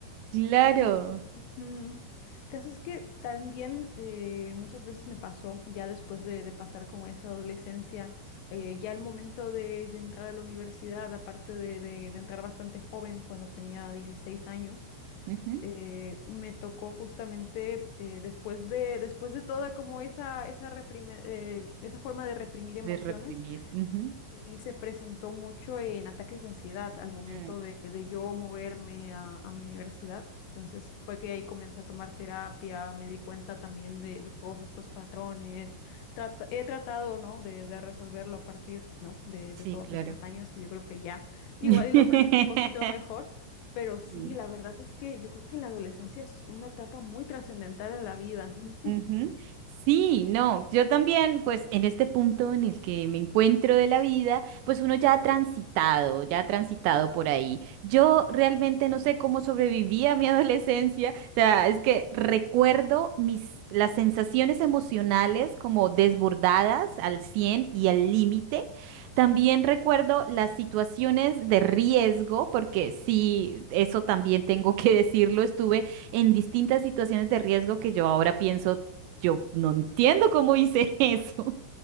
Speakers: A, on the right (about 80°); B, on the left (about 80°).
A: Claro.
B: Y ujú, caso es que también eh, muchas veces me pasó, ya después de, de pasar como esa adolescencia, eh, ya el momento de, de entrar a la universidad, aparte de, de- de entrar bastante joven, cuando tenía 16 años,
A: ujú.
B: eh, me tocó justamente eh, después de, después de toda como esa, esa, reprime- eh, esa forma de reprimir emociones
A: De reprimir. Ujú.
B: Sí, se presentó mucho en ataques de ansiedad al momento
A: Mm,
B: de, de yo moverme a, a mi universidad. Entonces fue que ahí comencé a tomar terapia, me di cuenta también de, de todos estos patrones. Trata- he tratado, ¿no? de, de resolverlo a partir, ¿no? de,
A: Sí,
B: de todos
A: claro.
B: estos años y yo creo que ya igual
A: <laughs>
B: y lo manejo un poquito mejor. Pero sí,
A: Sí.
B: la verdad es que yo creo que la adolescencia es una etapa muy trascendental en la vida. <laughs>
A: Ujú. Sí, no, yo también, pues en este punto en el que me encuentro de la vida, pues uno ya ha transitado, ya ha transitado por ahí. Yo realmente no sé cómo sobreviví a mi <laughs> adolescencia, o sea, es que recuerdo mis, las sensaciones emocionales como desbordadas al 100 y al límite. También recuerdo las situaciones de riesgo, porque sí, eso también tengo que <laughs> decirlo, estuve en distintas situaciones de riesgo que yo ahora pienso, yo no entiendo cómo hice <laughs> eso.